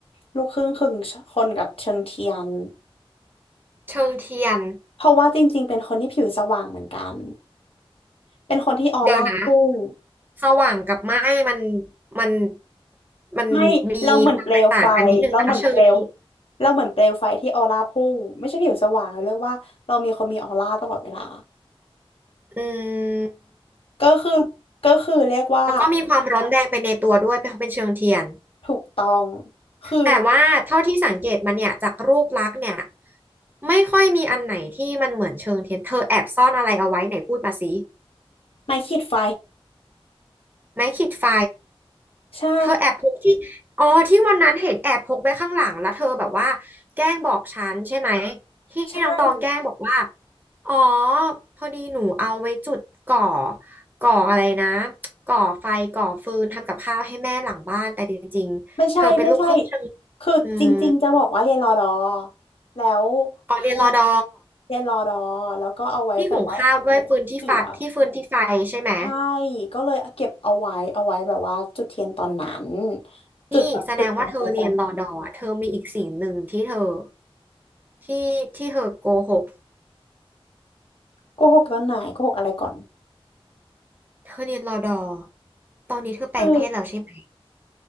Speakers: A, on the left (about 70°); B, on the right (about 20°).
A: ลูกครึ่งครึ่งคนกับเชิงเทียน
B: เชิงเทียน
A: เพราะว่าจริงๆเป็นคนที่ผิวสว่างเหมือนกันเป็นคนที่ออร่าพุ่ง
B: เดี๋ยวนะสว่างกับไหม้มันมันมันมีความแตกต่างกันนิดนึงนะเชิงเทียน
A: ไม่เราเหมือนเปลวไฟเราเหมือนเปลวเราเหมือนเปลวไฟที่ออร่าพุ่งไม่ใช่ผิวสว่างเราเรียกว่าเรามีคนมีออร่าตลอดเวลา
B: อืม
A: ก็คือก็คือเรียกว่า
B: แล้วก็มีความร้อนแรงไปในตัวด้วยเพราะเป็นเชิงเทียน
A: ถูกต้องคือ
B: แต่ว่าเท่าที่สังเกตมันเนี่ยจากรูปลักษณ์เนี่ยไม่ค่อยมีอันไหนที่มันเหมือนเชิงเทียน เธอแอบซ่อนอะไรเอาไว้ไหนพูดมาสิ
A: ไม่ขีดไฟ
B: ไม้ขีดไฟ
A: ใช่
B: เธอแอบพกที่อ๋อที่วันนั้นเห็นแอบพกไว้ข้างหลังแล้วเธอแบบว่าแกล้งบอกฉันใช่ไหมที่น้องตองแกล้งบอกว่า
A: ใช่
B: อ๋อพอดีหนูเอาไว้จุดก่อก่ออะไรนะก่อไฟก่อฟืนทำกับข้าวให้แม่หลังบ้านแต่จริงๆเธอเป็นลูกครึ่งเธอ
A: ไม่ใช่ไม่ใช่คือจริงๆจะบอกว่าเรียนรอดอ
B: อืม
A: แล้ว
B: อ๋อเรียนรอดอ
A: เออเรียนรอดอแล้วก็เอาไว้แบบว่าผูกเสือ
B: ที่หุงข้าวด้วยฟืนที่ไฟที่ฟืนที่ไฟใช่ไหม
A: ใช่ก็เลยเก็บเอาไว้เอาไว้แบบว่าจุดเทียนตอนนั้นจุดแบบจุดดวงไฟตอนนั้น
B: นี่แสดงว่าเธอเรียนรอดอเธอมีอีกสิ่งหนึ่งที่เธอที่ที่เธอโกหก
A: โกหกตอนไหนโกหกอะไรก่อน
B: เธอเรียนรอดอตอนนี้เธอแปลงเพศแล้วใช่ไหม
A: คือ